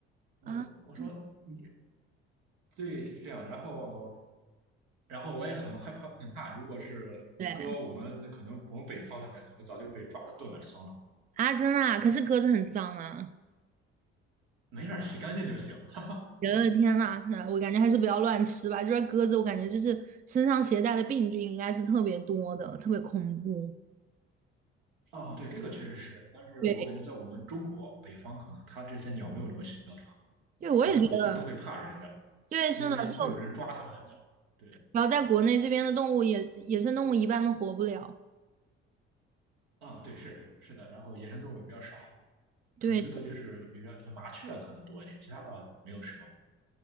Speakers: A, on the right (about 75°); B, on the right (about 25°).
A: 我我说你
B: 啊，嗯
A: 对是这样的，然后然后我也很害怕，很怕，如果是搁我们可能我们北方那边，
B: 对
A: 可能早就被抓了炖了汤了。
B: 啊，真的啊，可是鸽子很脏啊！
A: 没事儿，洗干净就行了。
B: 我的天呐，那我感觉还是不要乱吃吧。这边鸽子，我感觉就是身上携带的病菌应该是特别多的，特别恐怖。
A: 哦，对，这个确实是，但是我感觉在我们中国北方，
B: 对，
A: 可能它这些鸟没有这么嚣张，
B: 对，我也觉得，
A: 它会都会怕人的，
B: 对，是的，
A: 因为会有人抓它们的。
B: 就
A: 对。
B: 然要在国内这边的动物也野生动物一般都活不了。
A: 啊，对，是是的，然后野生动物也比较少，
B: 对，
A: 可能最多就是比如说像麻雀可能多一点，其他倒没有什么。